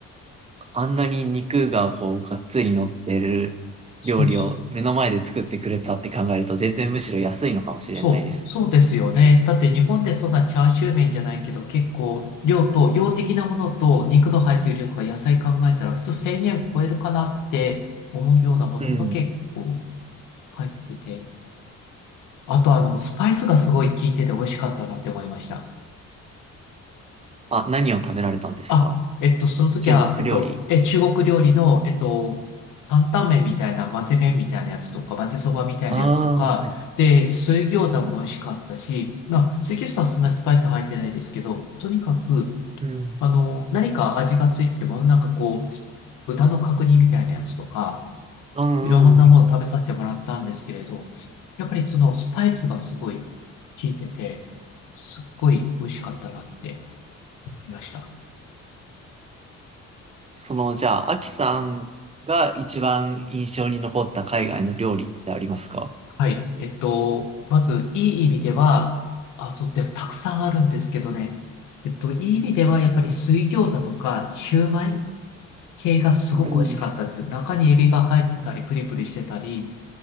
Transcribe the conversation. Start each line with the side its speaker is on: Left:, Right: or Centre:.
Right: あんなに肉がこう、がっつり乗ってる料理を目の前で作ってくれたって考えると、
Left: そうそう
Right: 全然むしろ安いのかもしれないです。
Left: そう、そうですよね。だって日本でそんなチャーシュー麺じゃないけど、結構量と、量的なものと肉の入っている量とか野菜考えたら普通1000円超えるかなって思うようなものが結構
Right: うん。
Left: 入ってて。あとあの、スパイスがすごい効いてて美味しかったなって思いました。
Right: あ、何を食べられたんですか
Left: あ、えっと、その時は、
Right: 中国料理。
Left: えっと、え、中国料理の、えっと、担々麺みたいな、混ぜ麺みたいなやつとか、混ぜそばみたいなやつとか、
Right: ああ、はい。
Left: で、水餃子も美味しかったし、まあ、水餃子はそんなにスパイス入ってないですけど、とにかく、
Right: うん。
Left: あの、何か味がついてるもの、なんかこう、豚の角煮みたいなやつとか、
Right: うんうんうん。
Left: いろんなもの食べさせてもらったんですけれど、やっぱりそのスパイスがすごい効いてて、すっごい美味しかったなって思いました。
Right: その、じゃあ、アキさんが一番印象に残った海外の料理ってありますか
Left: はい。えっと、まず、いい意味では、あ、そうってたくさんあるんですけどね。えっと、いい意味では、やっぱり水餃子とか、シューマイ系がすごく美味しかったです。
Right: うん
Left: 中にエビが入ってたり、プリプリしてたり、